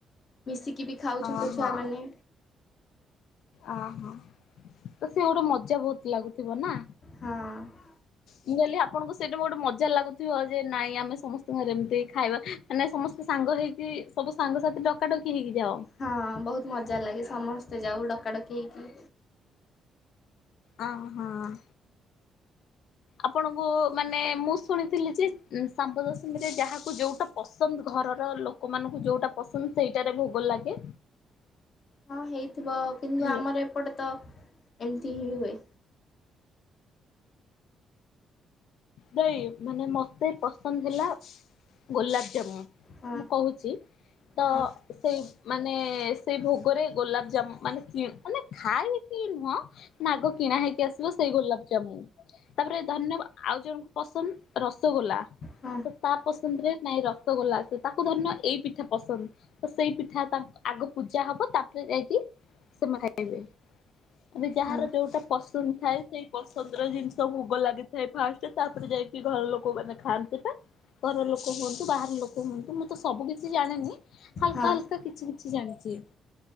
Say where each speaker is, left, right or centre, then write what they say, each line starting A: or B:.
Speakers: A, on the left (about 50°); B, on the left (about 75°).
A: ମିଶିକି ବି ଖାଉ
B: ଓହୋ
A: ଛୋଟ ଛୁଆମାନେ।
B: ଅହ ତ ସେ ଗୋଟେ ମଜା ବହୁତ ଲାଗୁଥିବ ନା।
A: ହଁ।
B: ମୁଁ କହିଲି ଆପଣଙ୍କୁ ସେଇଟା ଗୋଟେ ମଜା ଲାଗୁଥିବ ଯେ ନାଇଁ ଆମେ ସମସ୍ତିଙ୍କ ଘରେ ଏମିତି ଖାଇବା। ମାନେ ସମସ୍ତେ ସାଙ୍ଗ ହେଇକି ସବୁ ସାଙ୍ଗସାଥି ଡକା ଡକି ହେଇକି ଯାଅ।
A: ହଁ ବହୁତ ମଜା ଲାଗେ ସମସ୍ତେ ଯାଉ ଡକାଡକିହେଇକି।
B: ଅ ହଁ। ଆପଣଙ୍କୁ ମାନେ ମୁଁ ଶୁଣିଥିଲି ଯେ ଶାମ୍ବ ଦଶମୀରେ ଯାହାକୁ ଯୋଉଟା ପସନ୍ଦ ଘରର ଲୋକ। ଲୋକମାନଙ୍କୁ ଯୋଉଟା ପସନ୍ଦ ସେଇଟାରେ ଭୋଗ ଲାଗେ।
A: ହଁ ହେଇଥିବ କିନ୍ତୁ
B: ହେଲା।
A: ଆମର ଏପଟେ ତ ଏମିତି ହିଁ ହୁଏ।
B: ନାଇ ମାନେ ମତେ ପସନ୍ଦ ହେଲା ଗୋଲାପଜାମୁ।
A: ହଁ
B: ମୁଁ କହୁଛି ତ
A: ହଁ
B: ସେଇ। ମାନେ ସେଇ ଭୋଗରେ ଗୋଲାପଜାମୁ ମାନେ କି ମାନେ ଖାଇ କି ନୁହଁ। ନାଗ କିଣା ହେଇକି ଆସିବ ସେଇ ଗୋଲାପଜାମୁ ତାପରେ ଧନ୍ୟବାଦ ଆଉ ଜଣକୁ। ପସନ୍ଦ ରସଗୋଲା
A: ହଁ
B: ତ ତା ପସନ୍ଦ ରେ ନାଇଁ ର। ତ ଗୋଲା ସେ ତାକୁ ଧରିନିଅ ଏଇ ପିଠା ପସନ୍ଦ। ତ ସେଇ ପିଠା ତା ଆଗ ପୂଜା ହବ ତାପରେ ଯାଇକି ସେମା ଖାଇବେ। ଏବେ ଯାହାର
A: ହଁ
B: ଯୋଉଟା ପସନ୍ଦ ଥାଏ ସେଇ ପସନ୍ଦର ଜିନିଷ ଭୋଗ ଲାଗିଥାଏ ଫାଷ୍ଟେ। ତାପରେ ଯାଇକି ଘର ଲୋକମାନେ ଖାଆନ୍ତି ପା। ଘର ଲୋକ ହୁଅନ୍ତୁ ବାହାର ଲୋକ ହୁଅନ୍ତୁ ମୁଁ ତ ସବୁ କିିଛି ଜାଣିନି। ହାଲକା,
A: ହଁ।
B: ହାଲକା କିଛି, କିଛି ଜାଣିଛି।